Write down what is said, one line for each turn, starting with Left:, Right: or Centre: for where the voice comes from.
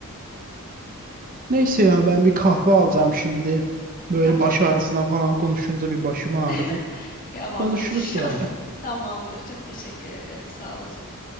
Right: Neyse ya ben bir kahve alacağım şimdi. Böyle
Left: Tamam.
Right: baş ağrısından falan konuşunca bir başım ağrıdı.
Left: <laughs> Tamam
Right: Konuşuruz
Left: geçiş
Right: sonra.
Left: olsun. Tamamdır. Çok teşekkür ederim. Sağ olasın.